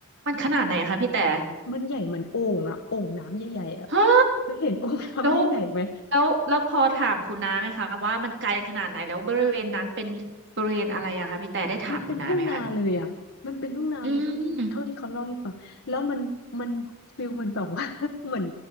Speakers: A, on the right; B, on the left.
A: มันขนาดไหนคะพี่แต่
B: มันใหญ่เหมือนโอ่งอะโอ่งน้ำใหญ่ๆอะ
A: ฮะ
B: เคยเห็น <laughs> โอ่งน้ำใหญ่ๆไหม
A: แล้วแล้วแล้วพอถามคุณน้าไหมคะว่ามันไกลขนาดไหนแล้วบริเวณนั้นเป็นบริเวณอะไรอะคะพี่แต่ได้ถามคุณน้าไหมคะ
B: มันเป็นทุ่งนาเลยอ่ะมันเป็นทุ่งนาเลยเท่าที่เท่าที่เขาเล่าให้ฟังแล้วมันมันฟิลมันแบบว่า
A: อืม
B: <laughs> เหมือน